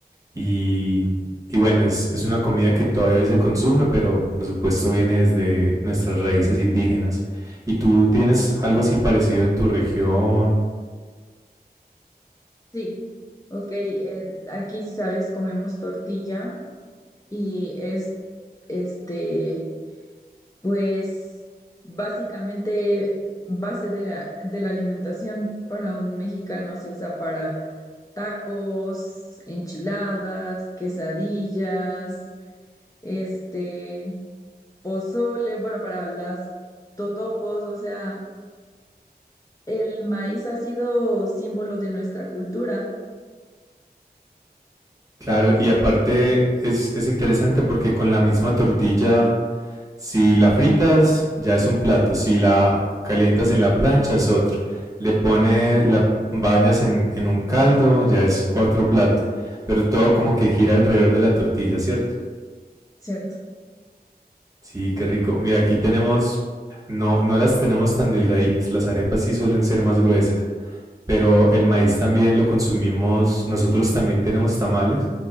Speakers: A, on the right; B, on the left.
A: Y, y bueno, es, es una comida que todavía hoy se consume, pero por supuesto viene desde nuestras raíces indígenas. ¿Y tú tienes algo así parecido en tu región?
B: Sí. Ok, eh, aquí, sabes, comemos tortilla y es, este, pues, básicamente base de la, de la alimentación para un mexicano se usa para tacos, enchiladas, quesadillas, este... pozole, bueno, para las totopos, o sea, el maíz ha sido símbolo de nuestra cultura,
A: Claro, y aparte es, es interesante porque con la misma tortilla Si la fritas, ya es un plato. Si la calientas en la plancha, es otro. Le pones, la bañas en, en un caldo, ya es otro plato. Pero todo como que gira alrededor de la tortilla, ¿cierto?
B: ¿cierto?
A: Sí, qué rico. Mira, aquí tenemos, no, no las tenemos tan delgaditas. Las arepas sí suelen ser más gruesas. Pero el maíz también lo consumimos. Nosotros también tenemos tamales.